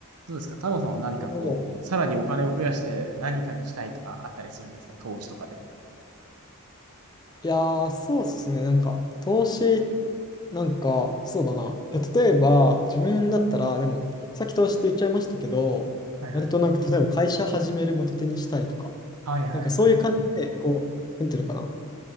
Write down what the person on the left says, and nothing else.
なるほど。
いやー、そうっすね。なんか、投資、なんか、そうだな。え例えば、自分だったら、でも、さっき投資って言っちゃいましたけど、
割となんか、例えば会社始める元手にしたりとか、
なんかそういう感じで、こう、なんていうのかな。